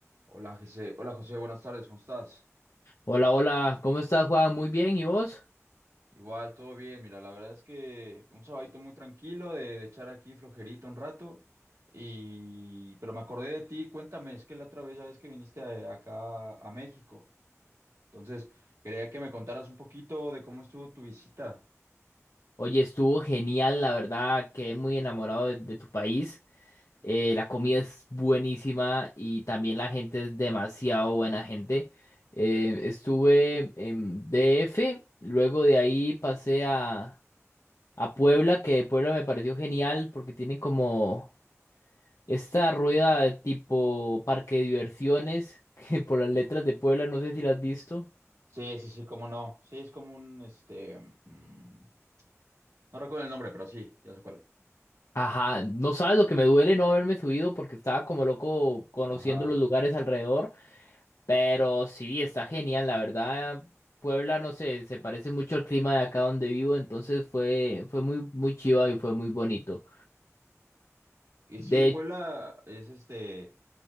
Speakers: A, on the right (about 75°); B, on the left (about 70°).
A: Hola José, hola José, buenas tardes, ¿cómo estás?
B: Hola, hola, ¿cómo estás, Juan? Muy bien, ¿y vos?
A: Igual, todo bien, mira, la verdad es que un sabadito muy tranquilo de, de echar aquí flojerito un rato y... Pero me acordé de ti, cuéntame, es que la otra vez ya ves que viniste a- acá a México, entonces quería que me contaras un poquito de cómo estuvo tu visita.
B: Oye, estuvo genial, la verdad, quedé muy enamorado de, de tu país. Eh, la comida es buenísima y también la gente es demasiado buena gente. Eh, estuve en DF, luego de ahí pasé a, a Puebla, que Puebla me pareció genial porque tienen como esta rueda de tipo parque de diversiones, <laughs> que por las letras de Puebla, no sé si la has visto.
A: Sí, sí, sí, cómo no, sí, es como un, este, mm, no recuerdo el nombre, pero sí, ya sé cuál.
B: Ajá, no sabes lo que me duele no haberme subido porque estaba como loco conociendo
A: Ajá.
B: los lugares alrededor, pero sí, está genial, la verdad. Puebla, no sé, se parece mucho al clima de acá donde vivo, entonces fue, fue muy, muy chiva y fue muy bonito.
A: Y
B: De,
A: sí, Puebla es este...